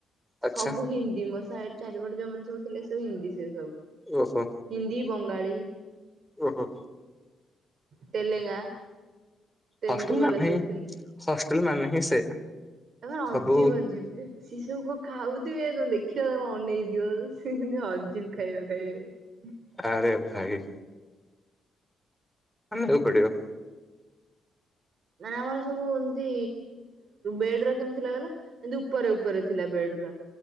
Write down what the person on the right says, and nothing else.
ସବୁ ହିନ୍ଦୀ। ଚାରିପଟେ ଯମନ ସବୁ ଥିଲେବ ହିନ୍ଦୀ ସ ସେ ସବୁ
ହିନ୍ଦୀ ବଙ୍ଗାଳୀ।
ତେଲେଙ୍ଗା। ତେଲୁଗୁ
ବାଲା
ସବୁ
ଏବେ ଅଜିବ
ଯିବ। ସେି ସବୁ କଣ ଖାଉଥିବେ ତ ଦେଖିବ ଅନେଇ ଦିଅ ସେ ହଜିିବ ଖାଇବା ଖାଇବେ।
ମାନେ ଆମର ସବୁ ଏମତି ବେଡ ର କେମିତି ଲାଗଲା ଏମତି ଉପରେ ଉପରେ ଥିଲା ବେଡ ର।